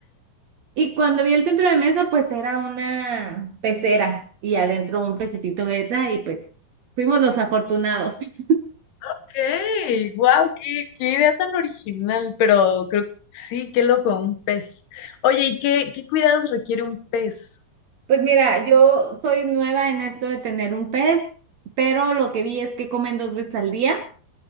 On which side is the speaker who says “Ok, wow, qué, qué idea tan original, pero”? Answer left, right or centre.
Left